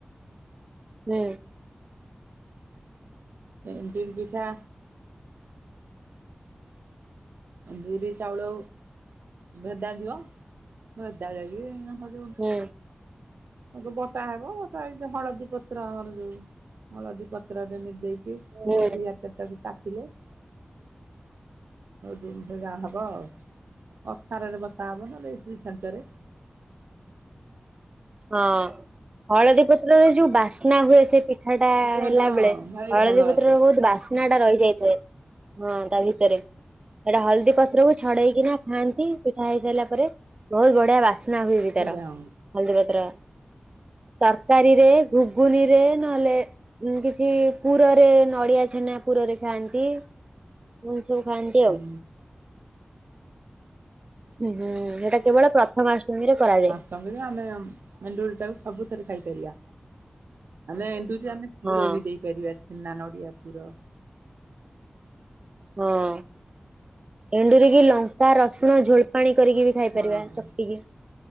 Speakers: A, on the right; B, on the right.
A: ହୁଁ।
B: ଏଣ୍ଡୁରି ପିଠା। ବିରି ଚାଉଳ ଭେଦାଜିବ ଭେଦା ଯାଇକି ଏଇନେ ସରିବ
A: ହୁଁ
B: ତାକୁ ବଟା ହେବ ବଟା ହେଇକି ହଳଦୀ ପତ୍ର ଆମର ଯୋଉ। ହଳଦୀ ପତ୍ରରେ ନିଦେଇକି
A: ହୁଁ
B: ଦି ହାତରେ ତାକୁ କାଟିଲେ। ଜିନିଷ ଯାହା ହବ ଆଉ ଅଥାରରେ ବସା ହବ ନହେଲେ ଇଟିଲି ଚ୍ଛାଞ୍ଚରେ।
A: ହଁ ହଳଦୀ ପତ୍ରରେ ଯୋଉ ବାସ୍ନା ହୁଏ ସେ ପି ପିଠା ଟା
B: ପିଠାଟା
A: ହେଲା ବେଳେ
B: ଭାରି
A: ହଳଦୀ
B: ଭଲ ବାସେ।
A: ପତ୍ରର
B: ହୁଁ
A: ବହୁତ ବାସ୍ନା ଟା ରହିଯାଇଥାଏ। ହଁ ତା ଭିତରେ ସେଟା ହଳଦୀ ପତ୍ରକୁ ଛଡେଇକିନା ଖାଆନ୍ତି ପିଠା ହେଇସାରିଲା ପରେ ବହୁତ ବଢିଆ ବାସ୍ନା ହୁଏ ବି ତାର
B: ବଢିଆ ହୁଁ
A: ହଲଦୀ ପତ୍ରର। ତରକାରୀରେ ଘୁଗୁନି ରେ ନହେଲେ କିଛି ପୁରରେ ନଡିଆ ଛେନା ପୁରରେ ଖାଆନ୍ତି ଏମିତି ସବୁ ଖାଆନ୍ତି
B: ହୁଁ।
A: ଆଉ। ହୁଁ ହୁଁ ସେଇଟା କେବଳ ପ୍ରଥମାଷ୍ଟମୀରେ କରାଯାଏ।
B: ତମେ ବା ଆମେ ଏଣ୍ଡୁରି ଟାକୁ ସବୁଥରେ ଖାଇପାରିବା ଆମେ ଏଣ୍ଡୁରି ଆମେ
A: ହଁ
B: ପୁର ବି ଦେଇ ପାରିବା ଛେନା ନଡିଆ ପୁର।
A: ହଁ ଏଣ୍ଡୁରି କି ଲଙ୍କା ରସୁଣ ଝୋଳ ପାଣି କରିକି ବି ଖାଇପାରିବା
B: ହଁ।
A: ଚକୁଟିକୀ